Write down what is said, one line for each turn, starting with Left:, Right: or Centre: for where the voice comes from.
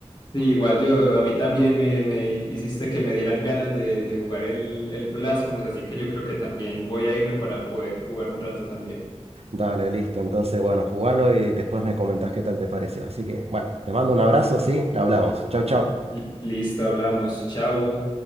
Left: Sí, igual yo, a mí también me, me hiciste que me dieran ganas de, de jugar el, el Blasphemous, así que yo creo que también voy a irme para poder jugar un rato también.
Right: Dale, listo. Entonces, bueno, jugalo y después me comentás qué tal te pareció. Así que, bueno, te mando un abrazo, sí, hablamos. Chau, chau.
Left: L- listo, hablamos, chao.